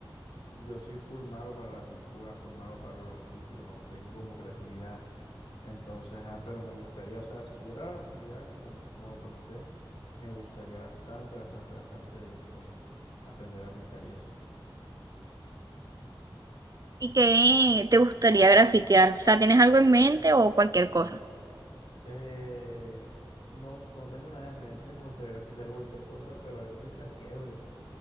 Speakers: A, on the left; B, on the right.
A: Yo soy full malo para la pintura, full malo para lo artístico, no tengo como creatividad. Entonces, ah, pero me gustaría, o sea, si tuviera la facilidad, como, como lo pregunté, me gustaría bastante, bastante, bastante eh, aprender a pintar y eso.
B: ¿Y qué te gustaría grafitear? O sea, ¿tienes algo en mente o cualquier cosa?
A: Eh, no, no tengo nada en mente, me gustaría pintar cualquier cosa, pero algo que sea chévere,